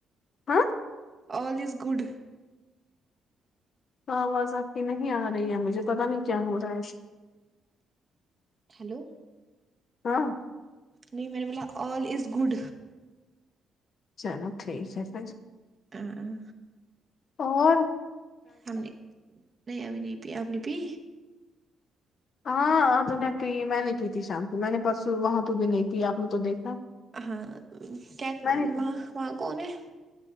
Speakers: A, on the left; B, on the right.
A: ہاں
B: آل از گڈ
A: تو آواز آپ کی نہیں آ رہی ہے مجھے پتہ نہیں کیا ہو رہا ہے
B: ہیلو
A: ہاں
B: نہیں میں نے بولا آل از گڈ
A: چلو ٹھیک ہے پھر
B: آہا
A: اون
B: ہم نے نہیں ابھی نہیں پی آپ نے پی
A: ہاں آج میں نے پی میں نہیں پی تھی شام کو میں نے پرسوں وہاں پہ بھی نہیں تھی آپ نے تو دیکھا
B: ہاں کیسی
A: میں نہیں پی
B: وہاں وہاں کون ہے